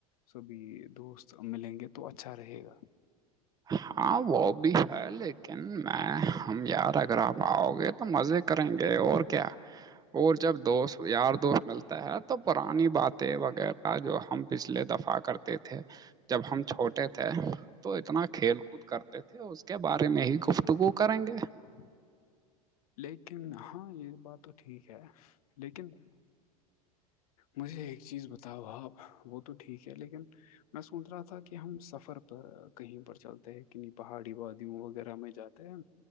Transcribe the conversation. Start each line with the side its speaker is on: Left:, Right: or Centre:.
Left: سبھی دوست ملیں گے تو اچھا رہے گا
Right: ہاں وہ بھی ہے لیکن میں ہم یار اگر آپ آؤ گے تو مزے کریں گے اور کیا اور جب دوست یار دوست ملتا ہے تو پرانی باتیں وغیرہ جو ہم پچھلے دفعہ کرتے تھے جب ہم چھوٹے تھے تو اتنا کھیل کود کرتے تھے اس کے بارے میں ہی گفتگو کریں گے
Left: ہاں لیکن ہاں یہ بات تو ٹھیک ہے لیکن مجھے ایک چیز بتاؤ بھا آپ وہ تو ٹھیک ہے لیکن میں سوچ رہا تھا کہ ہم سفر پر کہیں پر چلتے ہیں کنی پہاڑی وادیوں وغیرہ میں جاتے ہیں